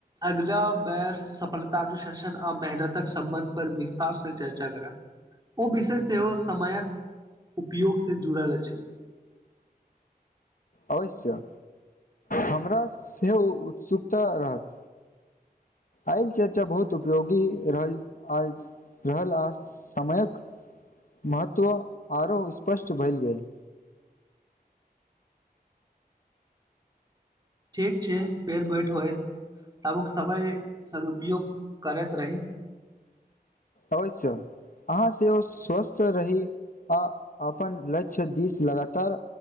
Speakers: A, on the right (about 25°); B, on the left (about 60°).
A: अगला बेर सफलतानुशासन आ मेहनतक संबन्ध पर विस्तार चर्चा करब ओ विषय सेहो समयक उपयोग से जुड़ल अछि <inaudible>
B: अवश्य हमरा सेहो उत्सुकता रहत आइल चर्चा बहुत उपयोगी रहल आइल रहल आ समयक महत्व आरो स्पष्ट भेल गेल
A: ठीक छै फेर बैठ होयत आजुक समय सदुपयोग करैत रही
B: अवश्य अहाँ सेहो स्वस्थ रही आ अपन लक्ष्य दिस लगातार